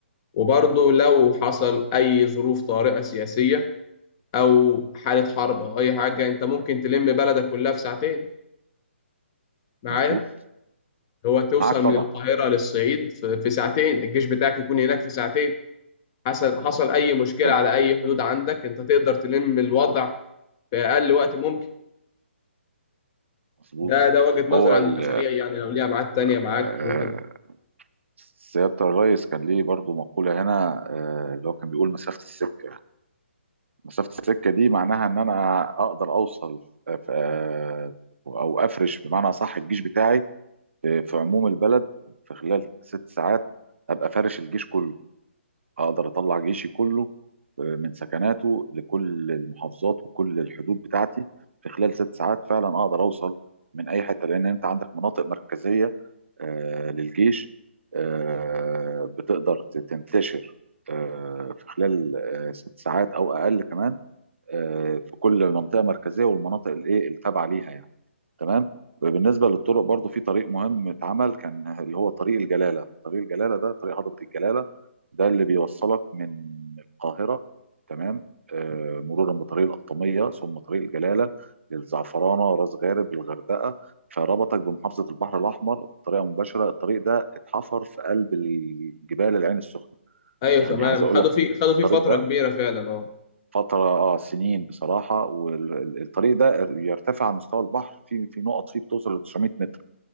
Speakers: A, on the left; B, on the right.
A: وبرضه لو حصل أي ظروف طارئة سياسية أو حالة حرب أو أي حاجة أنت ممكن تلم بلدك كلها في ساعتين معايا
B: مظبوط
A: هو توصل
B: معاك طبعا
A: من القاهرة للصعيد في في ساعتين الجيش بتاعك يكون هناك في ساعتين حصل حصل أي مشكلة
B: تمام،
A: على أي حدود عندك أنت تقدر تلم الوضع في أقل وقت ممكن
B: مظبوط
A: ده ده وجهة نظري
B: هو
A: عن
B: ال...
A: المشاريع يعني لو ليها ميعاد تانية
B: آه،
A: معاك ممكن
B: سيادة الريس كان ليه برضو مقولة هنا آه، اللي هو كان بيقول مسافة السكة مسافة السكة دي معناها ان انا اقدر اوصل آه، ف- آه، او افرش بمعنى صح الجيش بتاعي آه، في عموم البلد في خلال ست ساعات ابقى فارش الجيش كله اقدر اطلع جيشي كله آه، من سكناته لكل المحافظات وكل الحدود بتاعتي في خلال ست ساعات فعلا اقدر اوصل من اي حته لان انت عندك مناطق مركزيه آه، للجيش آه، بتقدر تنتشر آه، في خلال آه، ست ساعات او اقل كمان آه، في كل منطقه مركزيه والمناطق الايه التابعه ليها يعني تمام بالنسبه للطرق برضو في طريق مهم اتعمل كان اللي هو طريق الجلاله طريق الجلاله ده طريق هضبه الجلاله ده اللي بيوصلك من القاهره تمام آه، مرورا بطريق القطاميه ثم طريق الجلاله للزعفرانه راس غارب الغردقه فربطك بمحافظه البحر الاحمر بطريقه مباشره الطريق ده اتحفر في قلب الجبال العين السخنه
A: أيوه
B: يعني
A: تمام
B: عايز اقول
A: خدوا
B: لك
A: فيه
B: ان الطريق
A: خدوا فيه فترة
B: ده
A: كبيرة فعلا أه
B: فترة اه سنين بصراحة والطريق ده يرتفع عن مستوى البحر في في نقط فيه بتوصل ل 900 متر